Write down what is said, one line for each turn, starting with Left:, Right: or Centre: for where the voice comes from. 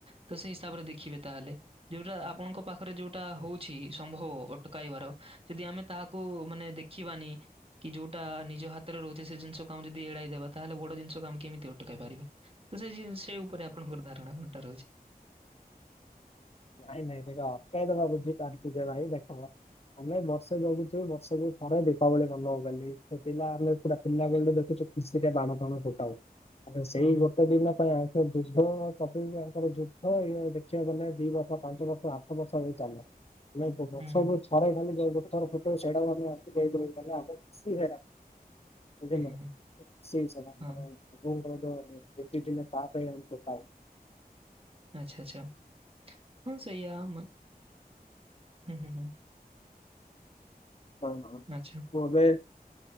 Right: ତ ସେଇ ହିସାବରେ ଦେଖିବେ ତାହେଲେ। ଯୋଉଟା ଆପଣଙ୍କ ପାଖରେ ଯୋଉଟା ହଉଛି ସମ୍ଭବ ଅଟକାଇବାର ଯଦି ଆମେ ତାହାକୁ ମାନେ ଦେଖ ଦେଖିବନି କି ଯୋଉଟା ନିଜ ହାତରେ ରହୁଛି ସେ ଜିନଷକୁ ଆମେ ଯଦି ଏଡେଇଦବା ତାହେଲେ ବଡ ଜିନିଷକୁ ଆମେ କେମିତି ଅଟକାଇ ପାରିବା। ତ ସେ ସେ ଉପରେ ଆପଣଙ୍କର ଧାରଣା କଣ ଟା ରହୁଛି?
Left: ନାଇଁ ନାଇଁ ଦେଖ ଅଟକେଇଦବା ବୁଝି ପାରୁଛି ଯେ ଭାଇ ଦେଖମ ଆମେ ବର୍ଷେ ଜଗୁଛୁ ବର୍ଷକୁୁ ଥରେ ଦୀପାବଳି ମନେଇବୁ ବୋଲି। ପିଲା ଆମେ ପୁରା ପିଲାବେଳୁ ଦେଖୁଛୁ ଖୁସି ରେ ବାଣ ଫାଣ ଫୁଟାଉ ଆ ସେଇ
Right: ହୁଁ, ହୁଁ,
Left: ଗୋଟେ ଦିନ ପାଇଁ ଆ ଯୁଦ୍ଧ ତାଙ୍କର ଯୁଦ୍ଧ ଇଏ ଦେଖିବାକୁ ଗଲେ ଦି ବର୍ଷ ପାଞ୍ଚ ବର୍ଷ ଆଠ ବର୍ଷ ହେଇ ଚାଲେ ବର୍ଷକୁ
Right: ହୁଁ, ହୁଁ,
Left: ଥରେ ଖାଲି ଗୋଟେ ଥର ତ ସେଇଟାକୁ ଆମେ ଆଡେଇ ଦେଲେ ଆମ ଖୁସି ସେଟା ବୁଝିଲେ
Right: ହୁଁ, ହୁଁ,
Left: <unintelligible>
Right: ହୁଁ, ହଁ, ଆଛା, ଆଚ୍ଛା ହଁ ସେଇଆ ହୁ, ହୁଁ, ହୁ
Left: ହଁ ହଁ
Right: ଆଚ୍ଛା,
Left: ମୁଁ ଏବେ